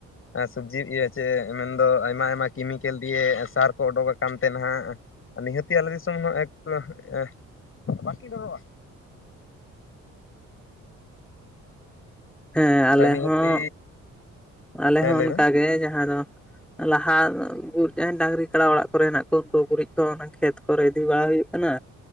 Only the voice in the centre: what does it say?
ᱦᱮᱸ ᱟᱞᱮ
ᱦᱚᱸ ᱟᱞᱮ
ᱦᱚᱸ
ᱚᱱᱠᱟᱜᱮ
ᱡᱟᱦᱟᱸ ᱫᱚ ᱞᱟᱦᱟ <unintelligible> ᱛᱟᱦᱮᱱ ᱰᱟᱝᱨᱤ ᱠᱟᱰᱟ ᱚᱲᱟᱜ ᱠᱚᱨᱮ ᱦᱮᱱᱟᱜ ᱠᱚ ᱜᱩᱨᱤᱡ ᱠᱚ ᱚᱱᱟ ᱠᱷᱮᱛ ᱠᱚᱨᱮ ᱤᱫᱤ ᱵᱟᱲᱟ ᱦᱩᱭᱩᱜ ᱠᱟᱱᱟ